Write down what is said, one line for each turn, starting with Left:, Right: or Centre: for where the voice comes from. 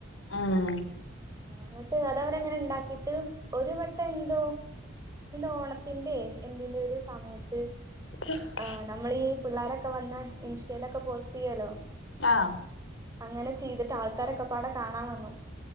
Left: ആഹ്
Right: ഇങ്ങട്ട് അതവ്ടെങ്ങനെണ്ടാക്കിട്ട് ഒരു വട്ടന്തോ ഓണത്തിന്റെ എന്തിന്റെയൊരു സമയത്ത്
Left: <unintelligible>
Right: ആഹ് നമ്മളീ പിള്ളാരൊക്കെ വന്ന് ഇൻസ്റ്റയിലൊക്കെ പോസ്റ്റയ്യേലോ?
Left: ആഹ്,
Right: അങ്ങനെ ചെയ്ത്ട്ട് ആൾക്കാരൊക്കെപാടെ കാണാ വന്നു